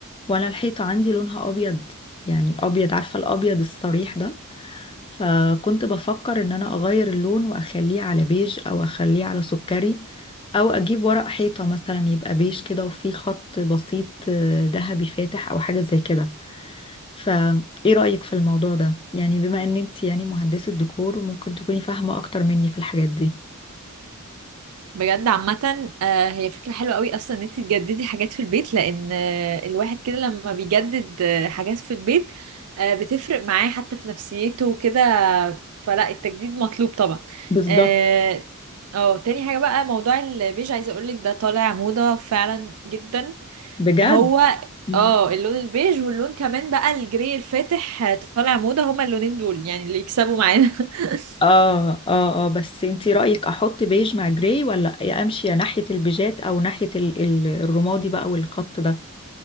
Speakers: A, on the left; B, on the right.
A: وانا الحيطه عندي لونها ابيض يعني ابيض عارفه الابيض الصريح ده فكنت بفكر ان انا اغير اللون واخليه على بيج او اخليه على سكري او اجيب ورق حيطة مثلا يبقى بيج كده وفيه خط بسيط آه، ذهبي فاتح او حاجة زي كده فايه رأيك في الموضوع ده يعني بما ان انت يعني مهندسة ديكور ممكن تكوني فاهمة اكتر مني في الحاجات دي
B: بجد عامة آه، هي فكرة حلوة قوي أصلا إن أنت تجددي حاجات في البيت لأن آه، الواحد كده لما بيجدد آه، حاجات في البيت آه، بتفرق معاه حتى في نفسيته وكده فلا التجديد مطلوب طبعا
A: بالظبط
B: اه آه، تاني حاجة بقى موضوع البيج عايزة أقولك ده طالع موضة فعلا جدا
A: بجد
B: هو
A: مم.
B: اه اللون البيج واللون كمان بقى الجري الفاتح آه، طالع موضة هما اللونين دول يعني اللي يكسبوا معانا <laughs>
A: اه اه اه بس انتي رأيك احط بيج مع جراي ولا امشي يا ناحية البيجات او ناحية ال- ال- الرمادي بقى والخط ده